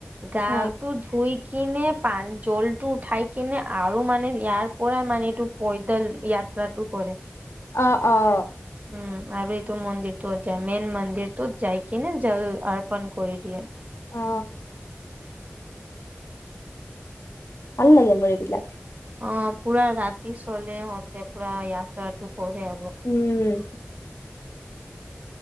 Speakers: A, on the right; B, on the left.
A: গাটো
B: হা
A: ধুই কিনে পান জলটো উঠাই কিনে আৰু মানে ইয়াৰ পৰাই মানে এইটো পৈদল য়াত্ৰাটো কৰে।
B: অ', অ',
A: উম, আৰু এইটো মন্দিৰটোত যায় মেইন মন্দিৰটোত যাই কিনে জল অৰ্পন কৰি দিয়ে।
B: অ ভাল লাগে মুৰ এইবিলাক।
A: অ, পুৰা ৰাতি চলে অ ইয়াতে পুৰা য়াত্ৰাতটো কৰে আৰু।
B: উম,